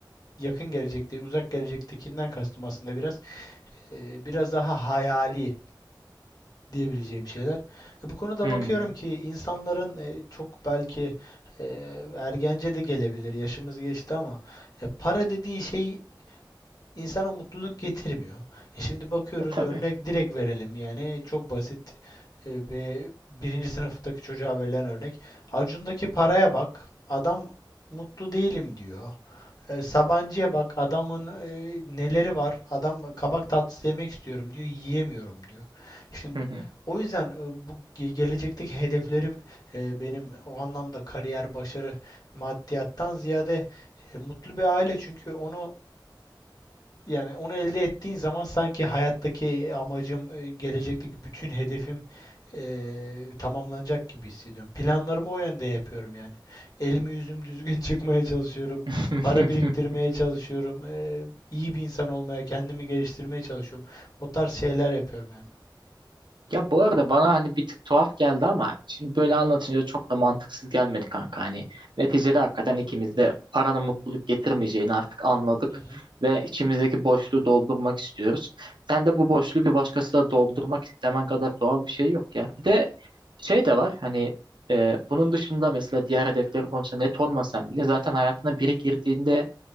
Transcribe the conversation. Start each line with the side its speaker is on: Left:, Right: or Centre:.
Left: yakın gelecekte, uzak gelecektekinden kastım aslında biraz e, biraz daha hayali diyebileceğim şeyler. E, bu konuda
Right: Hmm.
Left: bakıyorum ki insanların e, çok belki e, ergence de gelebilir. Yaşımız geçti ama e, para dediğin şey insana mutluluk getirmiyor. E, şimdi bakıyoruz
Right: E, tabii.
Left: örnek direkt verelim yani çok basit e, ve birinci sınıftaki çocuğa verilen örnek. Acun'daki paraya bak. Adam mutlu değilim diyor. E, Sabancı'ya bak adamın e, neleri var. Adam kabak tatlısı yemek istiyorum diyor, yiyemiyorum diyor. Şimdi
Right: Hı hı.
Left: o yüzden e, bu ge- gelecekteki hedeflerim e, benim o anlamda kariyer, başarı, maddiyattan ziyade e, mutlu bir aile. Çünkü onu yani onu elde ettiğin zaman sanki hayattaki amacım, e, gelecekteki bütün hedefim e, tamamlanacak gibi hissediyorum. Planlarımı o yönde yapıyorum yani. Elimi yüzüm düzgün <laughs> çıkmaya çalışıyorum.
Right: <laughs>
Left: Para biriktirmeye çalışıyorum. E, iyi bir insan olmaya, kendimi geliştirmeye çalışıyorum. O tarz şeyler yapıyorum yani.
Right: Ya bu arada bana hani bir tık tuhaf geldi ama şimdi böyle anlatınca çok da mantıksız gelmedi kanka. Hani neticede hakikaten ikimiz de paranın mutluluk getirmeyeceğini artık anladık
Left: Hı hı.
Right: ve içimizdeki boşluğu doldurmak istiyoruz. Sen de bu boşluğu bir doğaldırmak doldurmak istemen kadar doğal bir şey yok ya. Bir de şey de var hani e, bunun dışında mesela diğer hedefleri konusunda net olmasan bile zaten hayatına biri girdiğinde